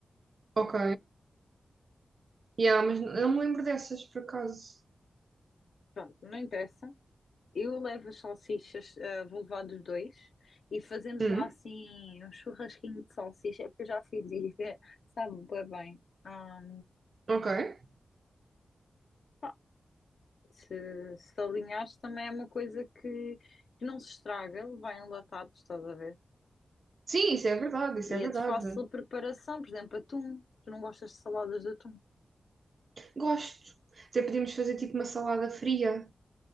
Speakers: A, on the right; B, on the left.
A: Ok. Yeah, mas não não me lembro dessas, por acaso.
B: Pronto, não interessa. Eu levo as salsichas, ah, vou levar dos dois e fazemos
A: Hum,
B: lá assim um churrasquinho de salsicha, é porque eu já fiz isso, é, sabe bué bem. Ah,
A: ok.
B: pá, se, se alinhares também é uma coisa que, que não se estraga, vai enlatado, estás a ver?
A: Sim, isso é verdade, isso
B: E
A: é verdade.
B: é de fácil preparação, por exemplo, atum. Tu não gostas de saladas de atum?
A: Gosto. Até podíamos fazer tipo uma salada fria.